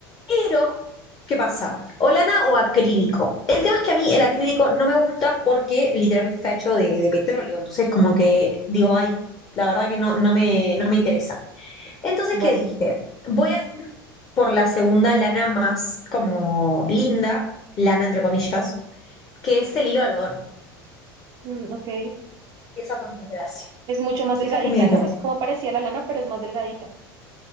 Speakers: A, on the left (about 30°); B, on the right (about 40°).
A: Pero, ¿qué pasa? O lana o acrílico. El tema es que a mí el acrílico no me gusta porque literalmente está hecho de, de petróleo. Entonces, como que digo, ay, la verdad que no, no me, no me interesa. Entonces,
B: Vale.
A: ¿qué dije? Voy a por la segunda lana más como linda, lana entre comillas, que es el hilo de algodón.
B: Mm, ok.
A: Y esa fue mi desgracia.
B: Es mucho más delgadita,
A: Esa fue mi desgracia.
B: ¿no? Es como parecía la lana, pero es más delgadita.